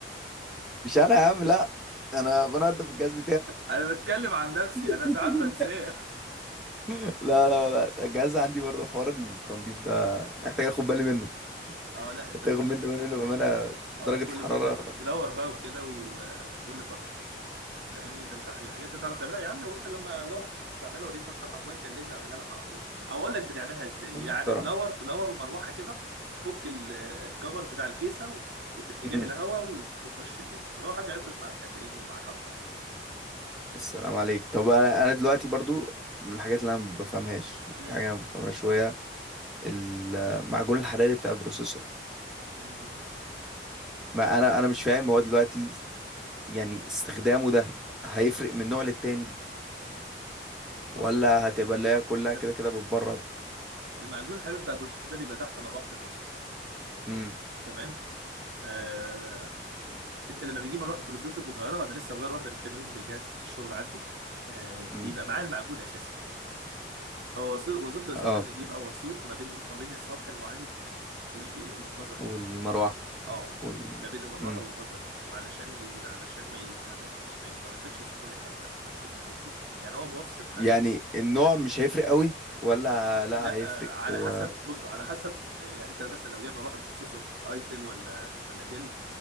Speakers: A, in the centre; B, on the right.
A: مش انا يا عم لا انا بنضف الجهاز
B: انا بتكلم عن نفسي
A: <laughs>
B: انا ساعات بنساه
A: لا لا لا الجهاز عندي برضه حوار التنظيف ده محتاج اخد بالي منه
B: اه لا انت
A: محتاج
B: كل
A: اخد منه
B: فتره
A: منه بامانه درجه
B: اه كل
A: الحراره
B: فتره بلور بقى وكده وكل فتره فاهمني فانت الحاجات دي تعرف تعملها يا عم وانت لما لو تعملها ولقيت نفسك عطلان كلمني اعملها لك على طول او اقول لك بتعملها ازاي
A: محترمه
B: يعني بلور بلور ومروحه كده فك ال- الكفر بتاع الكيسه و- وفي اتجاه
A: مم.
B: الهواء ومشي الدنيا ولو حاجه عطلت معاك هتلاقيني معاك على الفاضي
A: السلام عليك طب انا انا دلوقتي برضو من الحاجات اللي انا ما بفهمهاش في
B: مم.
A: حاجه ما بفهمهاش شويه المعجون الحراري بتاع البروسيسور
B: مم.
A: ما انا انا مش فاهم هو دلوقتي يعني استخدامه ده هيفرق من نوع للتاني ولا
B: بص
A: هتبقى اللي هي كلها
B: طب
A: كده كده بتبرد
B: المعجون الحراري بتاع البروسيسور ده بيبقى تحت مروحه البروسيسور
A: امم
B: تمام آه، انت لما بيجي مروحه البروسيسور بتغيرها انا لسه مغير واحده من كام يوم لجهاز في الشغل عندي آه،
A: امم
B: بيبقى معاه المعجون اساسا هو وظ- وظيفته اساسا
A: اه
B: ان بيبقى وسيط ما بين ما بين السطح المعالج وال- والمذر
A: والمروحه
B: بورد اه
A: وال
B: ما بين المروحه
A: مم.
B: والمذر بورد علشان ي... علشان ما ي... ما, ما, ما ما يعملش سخونه جامده في نفس- فاهمني يعني هو موصل حراري
A: يعني النوع مش هيفرق قوي ولا لا
B: لا
A: هيفرق
B: آه، على
A: و
B: حسب بص على حسب آه، يعني انت مثلا لو جاي مروحه بروسيسور ايتل ولا ولا ديل